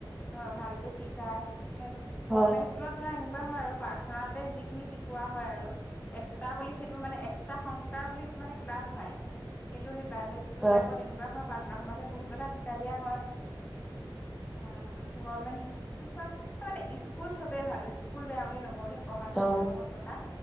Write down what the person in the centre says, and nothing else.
হয়,
অ',
<inaudible>
অ',